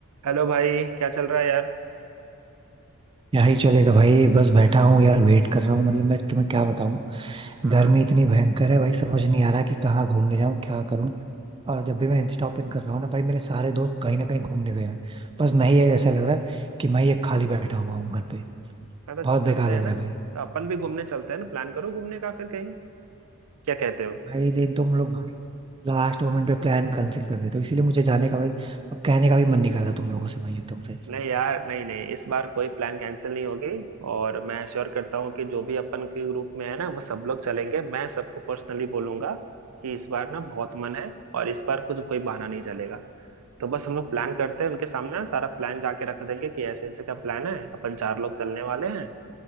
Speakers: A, on the right; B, on the right.
A: हेलो भाई क्या चल रहा है यार
B: यही चलेगा भाई बस बैठा हूँ यार वेट कर रहा हूँ मतलब मैं तुम्हें क्या बताऊँ
A: हाँ
B: गर्मी इतनी भयंकर है भाई समझ नहीं आ रहा कि कहाँ घूमने जाऊँ क्या करूँ और जब भी मैं इंस्टा ओपन कर रहा हूँ ना भाई मेरे सारे दोस्त कहीं ना कहीं घूमने गए हैं बस मैं ही ऐसा लग रहा है कि मैं ये खाली बैठा हुआ हूँ घर पे
A: मैं तो
B: बहुत बेकार
A: चलते
B: लग
A: हैं ना
B: रहा है भाई
A: तो अपन भी घूमने चलते हैं ना प्लान करो घूमने का फिर कहीं क्या कहते हो
B: भाई लेकिन तुम लोग भाई लास्ट मोमेंट पे प्लान कैंसिल कर देते हो इसीलिए मुझे जाने का भाई अब कहने का भी मन नहीं करता तुम लोगों से भाई एकदम से
A: नहीं यार नहीं नहीं इस बार कोई प्लान कैंसिल नहीं होगी और मैं श्योर करता हूँ कि जो भी अपन के ग्रुप में है ना वो सब लोग चलेंगे मैं सबको पर्सनली बोलूंगा कि इस बार ना बहुत मन है और इस बार कुछ कोई बहाना नहीं चलेगा तो बस हम लोग प्लान करते हैं उनके सामने ना सारा प्लान जाके रख देंगे कि ऐसे ऐसे का प्लान है अपन चार लोग चलने वाले हैं